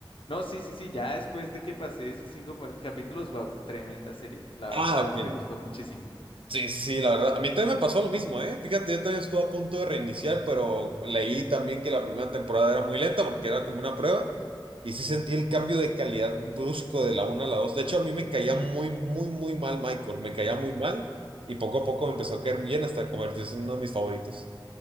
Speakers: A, on the left (about 80°); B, on the right (about 80°).
A: No, sí, sí, sí, ya después de que pasé esos cinco pa- capítulos, wow, tremenda serie. La
B: Ah,
A: verdad
B: ok.
A: me gustó muchísimo.
B: Sí, sí, sí, la verdad. A mí también me pasó lo mismo, ¿eh? Fíjate, yo también estuve a punto de reiniciar, pero leí también que la primera temporada era muy lenta porque era como una prueba. Y sí sentí el cambio de calidad brusco de la 1 a la 2. De hecho, a mí me caía muy, muy, muy mal Michael. Me caía muy mal y poco a poco me empezó a caer bien hasta convertirse en uno de mis favoritos.